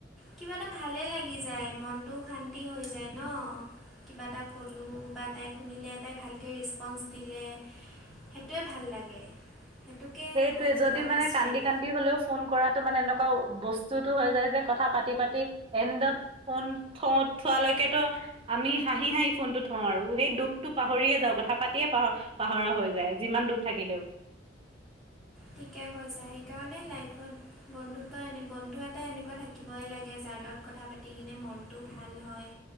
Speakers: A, in the centre; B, on the right.
A: কিবা এটা ভালে লাগি যায় মনটোও শান্তি হৈ যায় ন কিবা এটা ক'লোঁ বা তাই শুনিলে তাইক ভালকে ৰেচপন্ঞ্চ দিলে সেইটোৱে ভাল লাগে সেইটোকে
B: সেইটোৱে
A: হয়তো
B: যদি
A: কয়
B: মানে
A: বেষ্ট ফ্ৰেণ্ড
B: কান্দি কান্দি হলেও ফোন কৰাটো মানে এনেকোৱা বস্তুতো হৈ যায় যে কথা পাতি পাতি এডত ফোন খ থোৱালৈকেতো আমি হাঁহি হাঁহি ফোনটো থওঁ আৰু সেই দুখতটো পাহৰিয়ে যাওঁ কথা পাতিয়ে পাহ পাহৰা হৈ যায় যিমান দুখ থাকিলেও
A: ঠিকে কৈছা সেইকাৰণে লাইফত বন্ধুত্ব এনে বন্ধু এটা এনেকুৱা থাকিবই লাগে যাৰ লগত কথা পাতি কিনে মনটো ভাল হয়